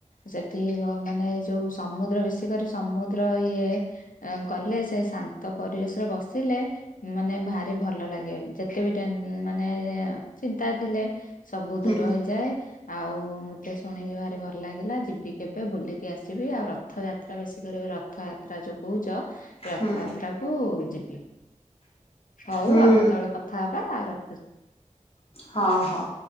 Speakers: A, on the left; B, on the left.
A: ସେଠି ମାନେ ଯୋଉ ସମୁଁ ମିଶି କରି ସମୁଦ୍ର ଇଏ ଗଲେ ସେ ଶାନ୍ତ ପରିବେଶରେ ବସିଲେ ମାନେ ଭାରି ଭଲ ଲାଗେ ଯେତେ ବି ଟେନ ମାନେ ଚିନ୍ତା ଥିଲେ ସବୁ
B: ହୁଁ
A: ଦୂର ହେଇଯାଏ ଆଉ ମତେ ଶୁଣିକି ଭାରି ଭଲ ଲାଗିଲା ଯିବି କେବେ ବୁଲିକି ଆସିବି ଆଉ ରଥଯାତ୍ରା ବେଶୀ କରି ରଥଯାତ୍ରା ଯୋଉ କହୁଚ ରଥଯାତ୍ରା
B: ହୁଁ
A: କୁ ଯିବି ହୋଉ
B: ହୁଁ
A: ଆଉ କେତେବେଳେ କଥା ହବା ଆ ରଖ
B: ହଉ ହଉ।